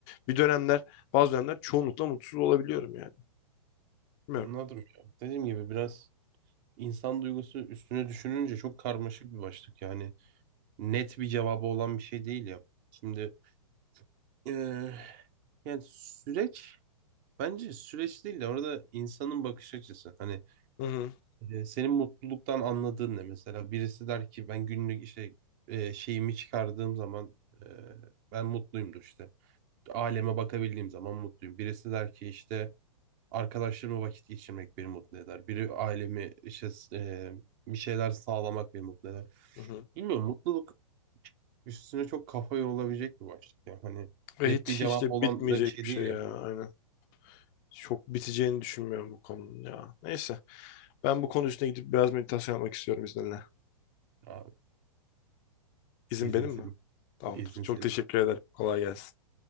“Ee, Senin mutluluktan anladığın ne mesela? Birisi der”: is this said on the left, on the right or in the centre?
Right